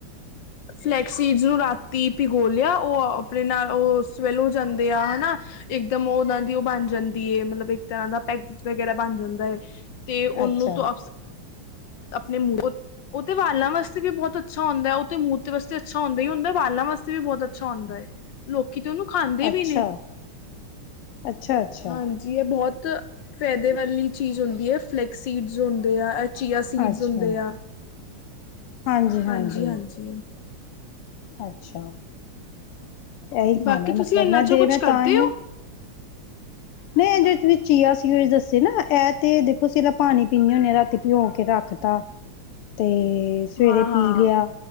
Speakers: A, on the left; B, on the left.
A: ਫਲੈਕਸ ਸੀਡਸ ਨੂੰ ਰਾਤੀ ਭਿਗੋ ਲਿਆ ਓ ਅਪਨੇ ਸਵੇਰੇ ਸਵੈਲੋ ਹੋ ਜਾਂਦੇ ਆ, ਹੈਨਾ? ਏਕਦਮ ਓ ਓ ਨਾਂ ਦੀ ਓ ਬਣ ਜਾਂਦੀ ਏ ਮਤਲਬ ਇੱਕ ਤਰ੍ਹਾਂ ਦਾ ਪੈਕਸ ਵਗੈਰਾ ਬਣ ਜਾਂਦਾ। ਤੇ ਓਨੂੰ
B: ਅੱਛਾ
A: ਤ ਅਫ ਆਪਣੇ ਮੂੰਹ ਓ ਤੇ ਵਾਲਾਂ ਵਾਸਤੇ ਵੀ ਬਹੁਤ ਅੱਛਾ ਹੁੰਦਾ। ਮੂੰਹ ਦੇ ਵਾਸਤੇ ਤਾਂ ਅੱਛਾ ਹੁੰਦਾ ਈ ਹੁੰਦਾ ਵਾਲਾਂ ਵਾਸਤੇ ਵੀ ਬਹੁਤ ਅੱਛਾ ਹੁੰਦਾ ਏ। ਲੋਕੀ ਤੇ ਓਨੂੰ ਖਾਂਦੇ
B: ਅੱਛਾ
A: ਵੀ ਨੇ,
B: ਅੱਛਾ ਅੱਛਾ
A: ਹਾਂਜੀ। ਜੀ ਏ ਬਹੁਤ ਫੈਦੇ ਵਾਲੀ ਚੀਜ਼ ਹੁੰਦੀ ਐ, ਫਲੈਕਸੀਡਜ ਹੁੰਦੇ ਆ, ਚੀਆ ਸੀਡਸ
B: ਅੱਛਾ
A: ਹੁੰਦੇ ਆ।
B: ਹਾਂਜੀ
A: ਹਾਂਜੀ-ਹਾਂਜੀ।
B: ਹਾਂਜੀ ਅੱਛਾ, ਏਹੀ ਖਾਣਾ
A: ਬਾਕੀ ਤੁਸੀਂ
B: ਮਤਲਬ
A: ਇਹਨਾਂ
B: ਮੈਂ
A: ਚੋਂ
B: ਦੇਵੇੈਂ
A: ਕੁਛ ਕਰਦੇ
B: ਤਾਂ ਹੀ ਨਾ
A: ਹੋ
B: ਨੀਂ ਏ ਜੇੜੇ ਤੁਸੀਂ ਚੀਆ ਸੀਡਜ ਜੋ ਦੱਸੇ ਨਾ ਏਤੇ ਦੇਖੋ, ਸਰਾ ਪਾਣੀ ਪੀਦੇ ਹੁੰਦੇ ਹਾਂ ਰਾਤੀ ਪਿਯੋ ਕੇ ਰੱਖ ਤਾ ਤੇ ਸਵੇਰੇ
A: ਹਾਂ ਹਾਂ
B: ਪੀ ਲਿਆ